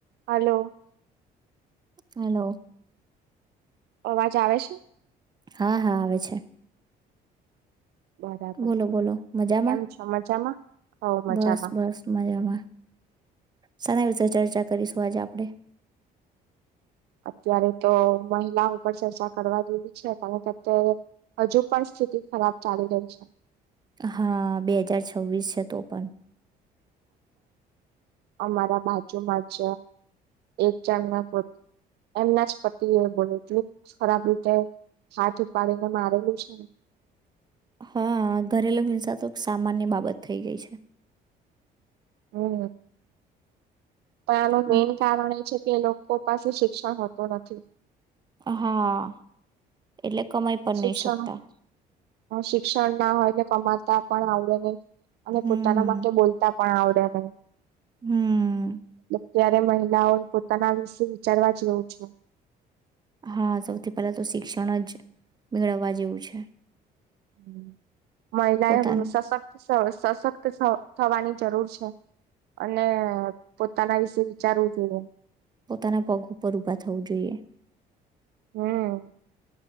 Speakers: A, on the right (about 75°); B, on the right (about 25°).
A: હલો.
B: હલો.
A: અવાજ આવે છે?
B: હા હા આવે છે
A: બરાબર
B: બોલો બોલો મજામાં
A: કેમ છો મજામાં હો મજામાં
B: બસ બસ મજામાં સને વિશે ચર્ચા કરીશું. જ આપણેે.
A: અત્યારે તો મહિલા ઉપર ચર્ચા કરવા જેઈવી છે કારણ કે અત્યારે હજુ પણ સ્થિતિ ખરાબ ચાલી રહી છે.
B: હા બે હજાર છવ્વીસ છે તો પણ.
A: અમારા બાજુમાં જ એક ચંગના પો એમના જ પતિ એ બોલ એટલું ખરાબ રીતે હાથ ઉપાડીને મારેલું છે.
B: હા ઘરેલુ હિંસા તો સામાન્ય બાબત થઈ ગઈ છે.
A: હમ. પણ આનું
B: હમ,
A: મેન કારણ એ છે કે લોક પોપાસી શિક્ષણ હોતો નથી.
B: હા. એટલે કમાઈ પણ
A: શિક્ષણ
B: નહી શકતા
A: શિક્ષણ ના હોયને કમા તા પણ આવડે નઈ. અને
B: હમ
A: પોતાના
B: હમ
A: માટે બોલતા. પણ આવડે નઈ.
B: હમ.
A: ત્યારે મહિલાઓ પોતાના વિશે વિચારવા જેવું છે.
B: હા સૌથી પહેલા તો શિક્ષણ જ મેળવવા જેવું છે.
A: હમ. મહિલાએ
B: પોતાનું
A: સશક્ત. સશક્ત થવાની જરૂર છે અને પોતાના વિશે વિચારવું જોઈએ.
B: પોતાના પગ ઉપર ઊભા થવું જોઈએ.
A: હમ.